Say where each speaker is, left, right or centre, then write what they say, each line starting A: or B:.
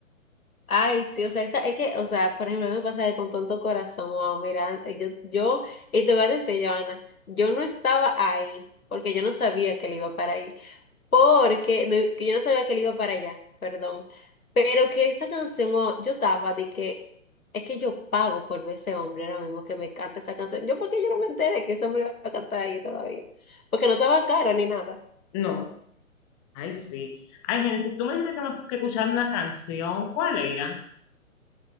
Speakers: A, on the left; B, on the left.
A: Ay, sí, o sea, esa, es que, o sea, por ejemplo, a mí me pasa que con Tonto Corazón, wow, mira, eh, yo, yo, y te voy a decir, Joana, yo no estaba ahí, porque yo no sabía que él iba para ahí. Porque no- que yo no sabía que él iba para allá, perdón. Pero que esa canción, oh, yo estaba de que es que yo pago por ver ese hombre ahora mismo que me canta esa canción. Yo, porque yo no me enteré que ese hombre iba a cantar ahí todavía? Porque no estaba caro ni nada.
B: No, ay sí. Ay, Génesis, tú me dijiste que, me- que escuchar una canción, ¿cuál era?